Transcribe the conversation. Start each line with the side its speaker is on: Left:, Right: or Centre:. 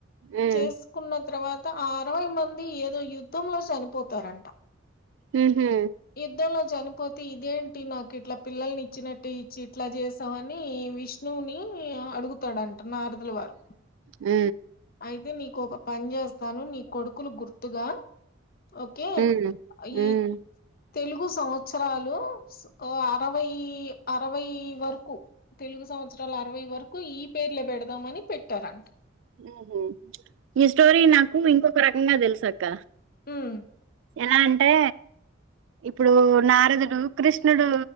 Right: హ్మ్
Left: చేసుకున్న తర్వాత అరవై మంది ఏదో యుద్ధంలో చనిపోతారంట
Right: మ్ హూ
Left: యుద్ధంలో చనిపోతే ఇదేంటి నాకు ఇట్లా పిల్లల్ని ఇచ్చినట్టు ఇచ్చి ఇట్లా చేసావు అని విష్ణువుని అడుగుతాడంటా నారదుల వారు
Right: మ్
Left: అయితే నీకు ఒక పని చేస్తాను నీ కొడుకులు గుర్తుగా ఓకే
Right: హ్మ్ హ్మ్
Left: ఈ తెలుగు సంవత్సరాలు అరవై అరవై వరకు తెలుగు సం వత్సరాల అరవై వరకు ఈ పేర్లే పెడదాం అని పెట్టారంట
Right: ఉమ్ హూ ఈ స్టోరీ నాకు ఇంకొక రకంగా తెలుసు అక్క
Left: మ్
Right: ఎలా అంటే ఇప్పుడు నారదుడు కృష్ణుడు